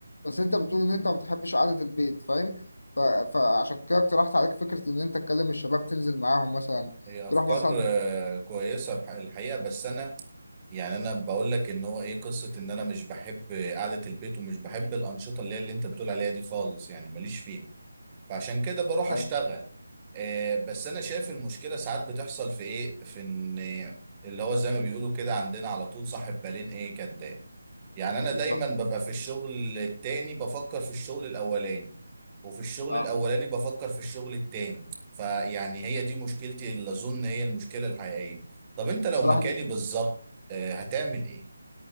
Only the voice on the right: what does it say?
هي افكار
آه، كويسه بح- الحقيقه بس انا يعني انا بقول لك ان هو ايه قصه ان انا مش بحب قعده البيت ومش بحب الانشطه اللي هي اللي انت بتقول عليها دي خالص يعني ماليش فيها فعشان كده بروح
اشتغل آه بس انا شايف المشكله ساعات بتحصل في ايه في ان اللي هو زي ما بيقولوا كده عندنا على طول صاحب بالين ايه كداب يعني انا
دايما ببقى في الشغل التاني بفكر في الشغل الاولاني وفي الشغل
الاولاني بفكر في الشغل التاني فيعني هي دي مشكلتي اللي اظن هي المشكله الحقيقيه طب انت لو
مكاني
بالظبط آه، هتعمل ايه